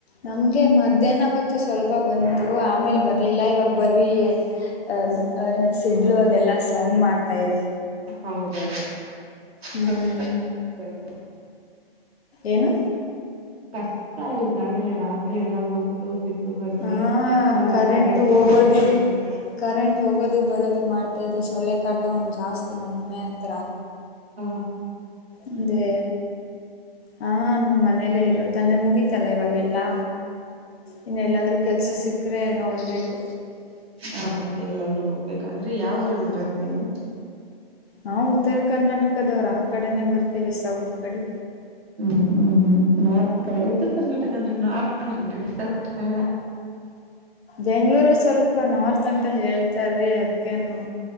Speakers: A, on the left; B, on the right.
A: ನಮ್ಗೆ ಮಧ್ಯಾಹ್ನವತ್ತು ಸ್ವಲ್ಪ ಬಂತು ಆಮೇಲ್ ಬರ್ಲಿಲ್ಲ ಇವಾಗ ಬರಿ ಅಹಆ ಏ ಸಿಡ್ಲು ಅದೆಲ್ಲ ಸೌಂಡ್ ಮಾಡ್ತಾ ಇದೆ.
B: ಹೌದಾ
A: ಹ್ಮ್
B: ಸುಸೈಡ್ ಅವ್ವ.
A: ಏನು
B: ಕಷ್ಟ ಈಗಾಗಲೇ ರಾತ್ರಿ ಎಲ್ಲ ಗುಂಡು ಸಿಡ್ಲು. ಬಂದ್ರೆ
A: ಆ
B: ನಲ್ಲ
A: ಕರೆಂಟ್
B: ಕರೈಟು
A: ಹೋಗೋದು
B: ಕೊಟ್ಲ ಏನಿಲ್ಲ.
A: ಕರೆಂಟ್ ಹೋಗೋದು ಬರೋದು ಮಾಡ್ತಾಯ ಇದೆ ಸೊಳ್ಳೆ ಕಾಟ ಒಂದು ಜಾಸ್ತಿ ನಮ್ಮ ಮನೆ ಹತ್ರ.
B: ಆ
A: ಮುಂದೆ. ಹಾ ನಮ್ಮ ಮನೇಲ್ಲೇ ಇರೋದ ಅಂದ್ರೆ ಮುಗೀತೆಲ್ಲ ಇವಾಗೆಲ್ಲಾ ಇನ್ನ ಎಲ್ಲಾದ್ರೂ ಕೆಲಸ ಸಿಕ್ಕ್ರೆ ನೋಡ್ಬೇಕು
B: ಹಾ ಮತ್ತೆ ಎಲ್ಲಾದ್ರೂ ಹೋಗ್ಬೇಕ ಅಂದ್ರೆ ಯಾವ್ ಊರಲ್ಲಿ ಇರೋದ್ ನೀವು
A: ನಾವು ಉತ್ತರ ಕರ್ನಾಟಕದವ್ರ ಆ ಕಡೆನೇ ಬರ್ತೀವಿ ಸೌತ್ ಕಡಿ
B: ಹ್ಮ್ ಹ್ಮ್ ಹ್ಮ್ ನಾರ್ತ್ ಕ ಉತ್ತರ ಕರ್ನಾಟಕ ಅಂದ್ರೆ ನಾರ್ತ್ ಕರಡ್ರಿ ಸೌತ್ ಅಲ್ಲ
A: ಬೆಂಗಳೂರು ಸ್ವಲ್ಪ ನಾರ್ತ್ ಅಂತ ಹೇಳ್ತಾರಿ ಅದ್ಕೇನು